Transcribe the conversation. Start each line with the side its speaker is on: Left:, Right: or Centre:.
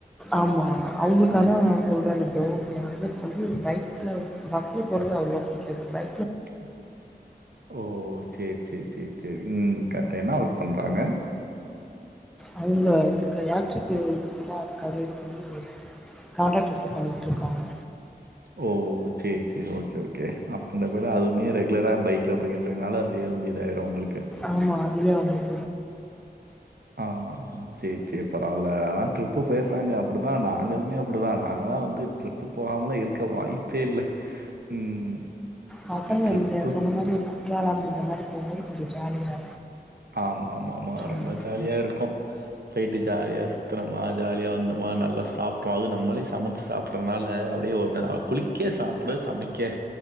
Centre: ஆமா அவுங்ளுக்கு
Right: ம்.
Centre: அதா சொல்றனே தோ ஏ ஹஸ்பண்க்கு வந்து பைக்ல பஸ்ல போறது அவ்ளவா பிடிக்காது பை
Right: ம் ஓ சேர் சேர் சேர் சேர் ம் கர்ட்டு என்னா ஒர்க் பண்றாங்க
Centre: அவுங்க இதுக்கு எலெக்ட்ரிக்கு இது ஃபுல்லா கட இது பண்ணி கான்ட்ராக்ட் எடுத்து பண்ணிக்கிட்ருக்காங்க
Right: ஓ சேர் சேரி ஓகே ஓகே அப்பன் டபுளா அதுவுமே ரெகுலரா பைக்ல போயிர்றனால அ பேருந்து இதாயிரு உங்களுக்
Centre: ஆமா அதுவே அவுங்குளு
Right: ஆ ஆ ஆ சேர் சேர் பரவால்ல ஆனா ட்ரிப்பு போயிர்றாங்க அப்புடிதா நாங்களுமே அ ப்டிதா நாங்கல்லா வந்து ட்ரிப்பு போகாமல்லா இருக்க வாய்ப்பே இல்ல ம்
Centre: பசங்க
Right: ட்ரிப்பு
Centre: நீங்க சொன்ன மாரி குற்றாலம் இந்த மாரி போம்போது கொஞ்சொ ஜாலியா
Right: ஆமாமாமா ரொம்ப
Centre: ம்
Right: ஜாலியா இருக்கு போயிட்டு ஜாலியா சு த்தரமா ஜாலியா வந்தமா நல்லா சாப்ட்டோ அது நம்மளே சமச்சு சாப்ட்றனால அப்டியே ஒன்னு அ குளிக்க குளிக்க சாப்ட சமைக்க